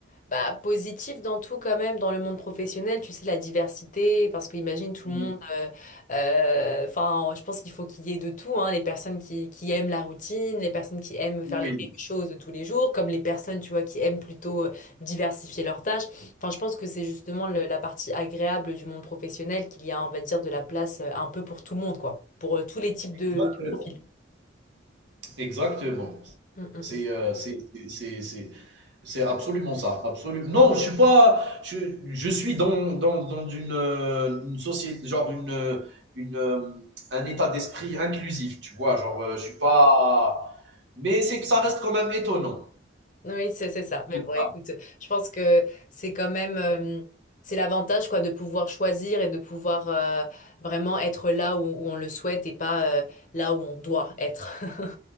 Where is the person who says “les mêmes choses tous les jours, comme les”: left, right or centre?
Left